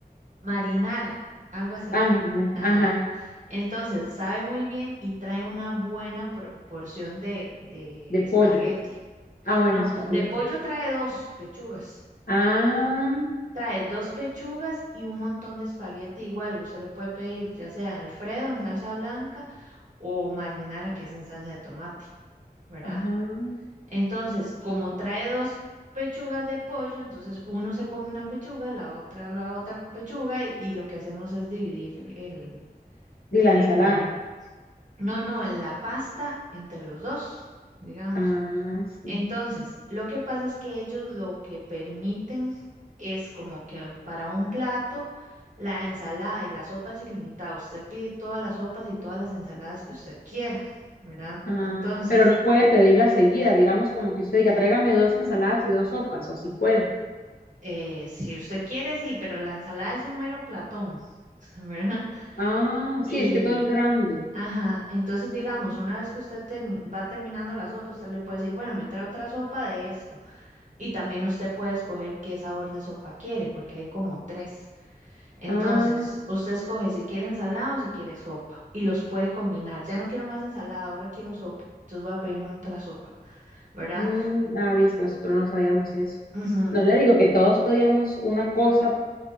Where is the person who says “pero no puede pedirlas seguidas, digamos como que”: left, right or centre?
Left